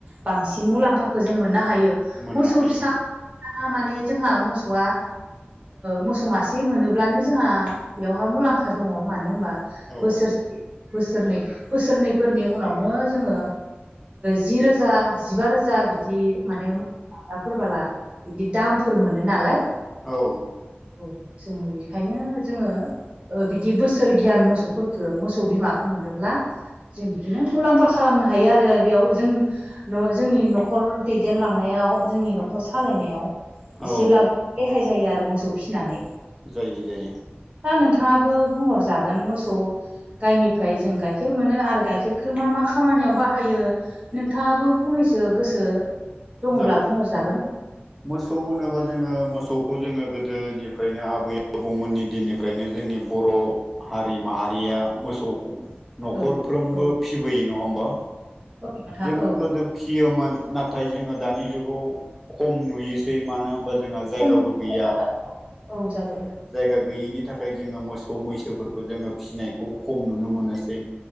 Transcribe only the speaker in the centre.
मोननो
हायो
औ
औ
औ
जायो जायो।
जागोन
मोसौ होनोबा जोङो मोसौखौ जोङो गोदोनिफ्रायनो आबै आबौमोननि दिननिफ्रायनो जोंनि बर' हारि माहारिया मोसौ न'खरफ्रोमबो
फिबोयो नङा होमबा
जोङो
गोदो फियोमोन नाथाय जोङो दानि जुगाव खम नुयोसै मानो होनबा जोंहा जायगाबो
गैया
जायगा गैयैनि थाखाय जोङो मोसौ मोसौ मैसोफोरखौ जोङो फिसिनायखौ खम नुनो मोनोसै